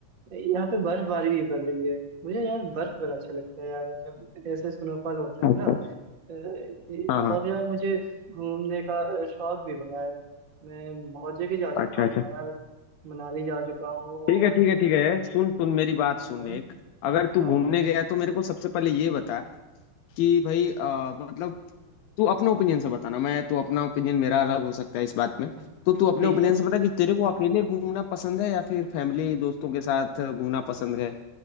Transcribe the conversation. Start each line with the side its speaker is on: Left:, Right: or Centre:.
Right: यहाँ पे बर्फबारी भी पड़ रही है मुझे यार बर्फ बड़ा अच्छा लगता है यार जब ऐसे स्नोफॉल होता
Left: अच्छा
Right: है ना अ, ये-
Left: हाँ हाँ
Right: और यार मुझे घूमने का शौक भी बड़ा है मैं बहुत जगह जा चुका
Left: अच्छा
Right: हूँ
Left: अच्छा
Right: यार मनाली जा चुका हूँ और
Left: ठीक है ठीक है ठीक है सुन सुन मेरी बात
Right: हाँ
Left: सुन
Right: हाँ
Left: एक अगर तू
Right: हाँ
Left: घूमने
Right: हाँ
Left: गया तो मेरे को सबसे पहले ये बता कि भाई अ, मतलब तू अपने ओपिनियन से बताना मैं तो अपना ओपिनियन मेरा अलग हो सकता है इस बात में
Right: हाँ,
Left: तो तू अपने
Right: ठीक
Left: ओपिनियन
Right: है
Left: से बता कि तेरे को अकेले घूमना पसंद है या फिर फैमिली दोस्तों के साथ घूमना पसंद है